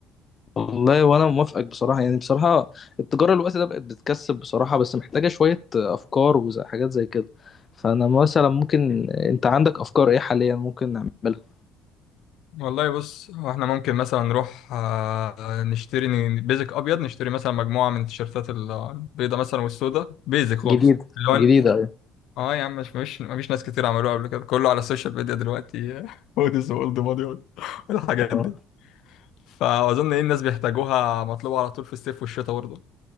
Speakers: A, on the left (about 40°); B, on the left (about 70°).
A: والله وانا موافقك بصراحة يعني بصراحة التجارة الوقت ده بقت بتكسب بصراحة بس محتاجة شوية افكار وحاجات زي كده فانا مثلا ممكن انت عندك افكار ايه حاليا ممكن نعملها
B: والله بص هو احنا ممكن مثلا نروح آه، نشتري ن- بيزك ابيض نشتري مثلا مجموعه من التيشيرتات ال- البيضه مثلا والسوداء بيزك خالص
A: جديدة
B: اللون
A: جديدة ايوه
B: اه يا عم مش مش مفيش ناس كتير عملوها قبل كده كله على السوشيال ميديا دلوقتي <laughs> هوديز واولد ماني والحاجات
A: اه
B: دي فاظن ايه الناس بيحتاجوها مطلوبه على طول في الصيف والشتاء برضه